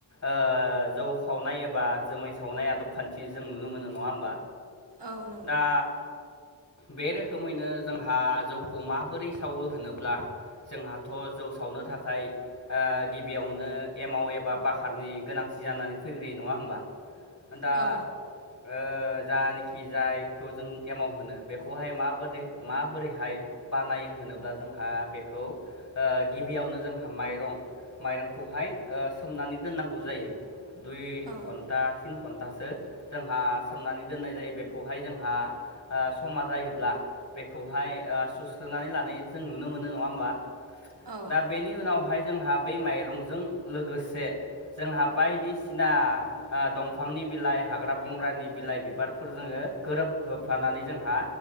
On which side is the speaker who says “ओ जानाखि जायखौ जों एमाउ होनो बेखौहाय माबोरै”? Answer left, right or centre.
Left